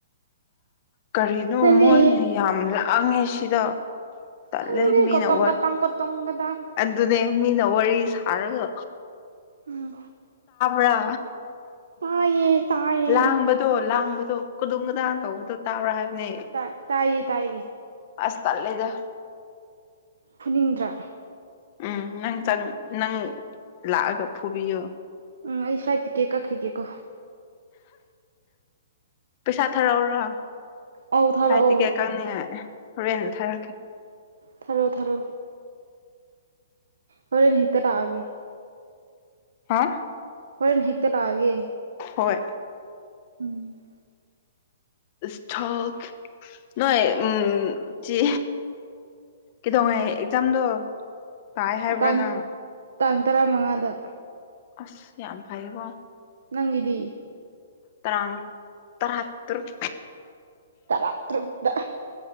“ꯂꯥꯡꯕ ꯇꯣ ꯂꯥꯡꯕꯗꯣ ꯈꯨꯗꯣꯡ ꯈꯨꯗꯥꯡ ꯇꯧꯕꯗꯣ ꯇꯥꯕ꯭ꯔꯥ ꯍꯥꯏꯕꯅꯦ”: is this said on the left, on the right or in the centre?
Left